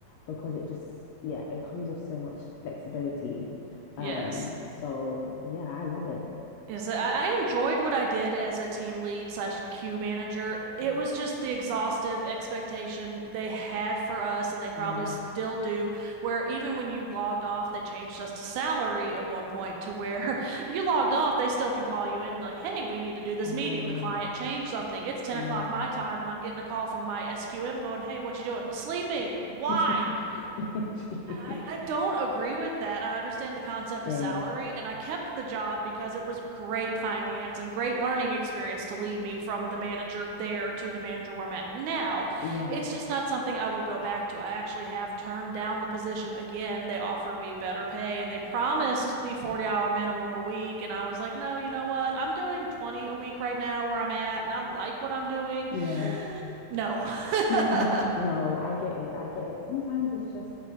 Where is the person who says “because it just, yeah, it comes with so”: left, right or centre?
Left